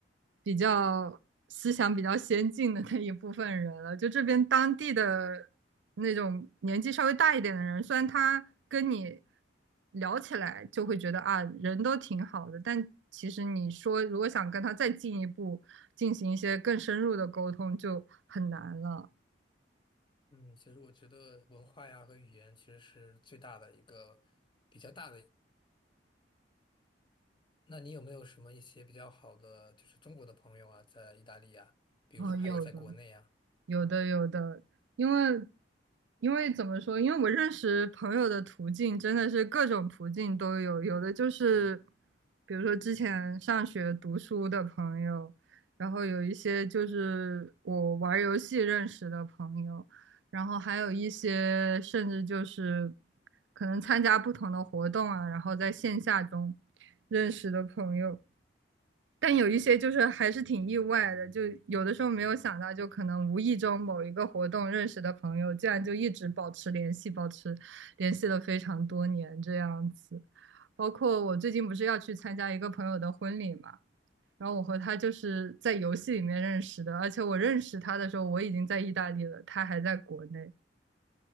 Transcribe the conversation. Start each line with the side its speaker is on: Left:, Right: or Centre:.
Right: 比较思想比较先进的那一部分人了。就这边当地的那种年纪稍微大一点的人，虽然他跟你聊起来就会觉得啊，人都挺好的，但其实你说如果想跟他再进一步进行一些更深入的沟通，就很难了。
Left: 嗯，其实我觉得文化呀和语言其实是最大的一个比较大的。那你有没有什么一些比较好的，就是中国的朋友啊，在意大利啊，比如说还有在国内啊？
Right: 哦，有的，有的有的，因为因为怎么说？因为我认识朋友的途径真的是各种途径都有，有的就是比如说之前上学读书的朋友，然后有一些就是我玩儿游戏认识的朋友，然后还有一些甚至就是可能参加不同的活动啊，然后在线下中认识的朋友。但有一些就是还是挺意外的，就有的时候没有想到，就可能无意中某一个活动认识的朋友，竟然就一直保持联系，保持联系了非常多年这样子。包括我最近不是要去参加一个朋友的婚礼嘛，然后我和他就是在游戏里面认识的，而且我认识他的时候我已经在意大利了，他还在国内，